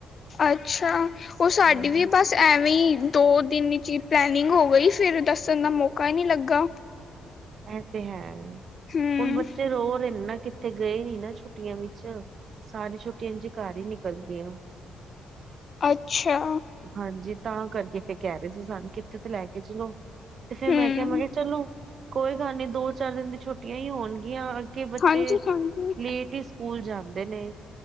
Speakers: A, on the left; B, on the right.
A: ਅੱਛਾ ਔਹ ਸਾਡੀੇ
B: ਹਾਂਜੀ
A: ਵੀ ਬਸ ਚ ਐਵੇਂ ਈ ਦੋ ਦਿਨ ਚ ਪਲੈਨਿੰਗ ਹੋ ਗਈ ਫੇਰ ਦੱਸਣ ਦਾ ਮੌਕਾ ਈ ਨੀ ਲੱਗਾੰ।
B: ਐ ਤੇ ਹੈ
A: ਹੂੰ
B: ਹੁਣ ਬੱਚੇ ਰੋ ਰੇ ਨਾ ਕਿ ਥੇ ਗਯੇ ਨੀ ਨਾ ਛੁੱਟੀਆਂ ਵਿੱਚ ਸਾਰੀ ਛੁੱਟੀਆਂ ਇੰਜ ਘਰ ਈ ਨਿਕਲ ਗੀਯਾਂ।
A: ਅੱਛਾ।
B: ਹਾਂਜੀ ਤਾਂ ਕਰਕੇ ਫੇਰ ਕੈ ਰੇ ਸੀ ਸਾਨੂੰ ਕਿੱਥੇ ਤੇ ਲੈ ਕੇ ਚਲੋ ਤੇ ਫੇਰ
A: ਹੂੰ
B: ਮੈਂ ਕਿਯਾ ਮੈਂ ਕਿਯਾ ਚਲੋ। ਕੋਈ ਗੱਲ ਨਹੀ ਦੋ ਚਾਰ ਦਿਨ ਦੀ ਛੁੱਟੀਆਂ ਈ ਹੋਣਗੀਆਂ ਅੱਗੇ ਬੱਚੇ
A: ਹਾਂਜੀ ਹਾਂਜੀ
B: ਲੇਟ ਹੀ ਸ ਕੂਲ ਜਾਂਦੇ ਨੇ।